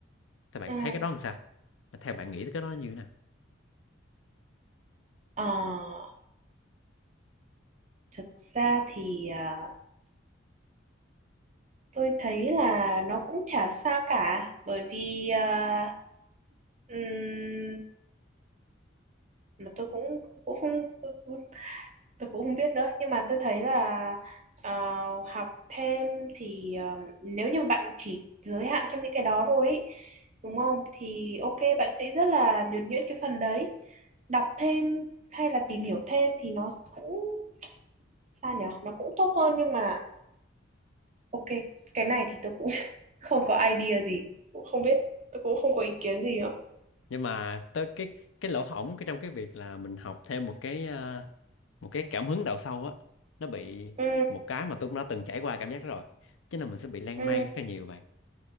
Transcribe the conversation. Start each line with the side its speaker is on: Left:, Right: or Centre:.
Left: thì bạn
Right: ừ
Left: thấy cái đó làm sao theo bạn nghĩ tới cái đó nó như thế nào
Right: ờ thực ra thì à, tôi thấy là nó cũng chả sao cả bởi vì à, ừm, mà tôi cũng cũng không tôi, tôi cũng không biết nữa nhưng mà tôi thấy là ờ, học thêm thì ờ, nếu như mà bạn chỉ giới hạn trong những cái đó thôi ý, đúng không thì ok bạn sẽ rất là nhuần nhuyễn cái phần đấy đọc thêm hay là tìm hiểu thêm thì nó cũng sao nhở nó cũng tốt hơn nhưng mà ok cái này thì tôi cũng <laughs> không có idea gì cũng không biết tôi cũng không có ý kiến gì nữa
Left: nhưng mà tới cái cái lỗ hổng cái trong cái việc là mình học thêm một cái ờ, một cái cảm hứng đào sâu á nó bị
Right: ừ
Left: một cái mà tôi cũng đã từng trải qua cảm giác đó rồi chứ là mình sẽ bị lan
Right: ừ
Left: man rất là nhiều bạn